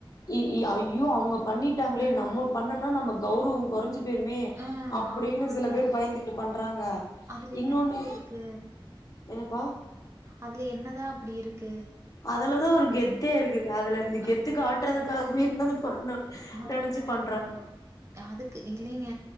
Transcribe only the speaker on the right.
ம்.
ஆ,
ஆமாங்க.
அதுல என்னங்க
இருக்கு?
அதுல என்னதான் அப்பிடி இருக்கு
ஆ,
ஆமாங்க.
அதுக்கு இல்லைங்க